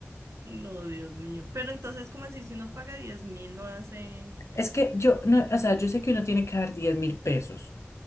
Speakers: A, on the right; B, on the left.
A: No, Dios mío. Pero entonces, ¿cómo así? Si uno paga diez mil, no hace,
B: Es que yo, no, o sea, yo sé que uno tiene que dar diez mil pesos,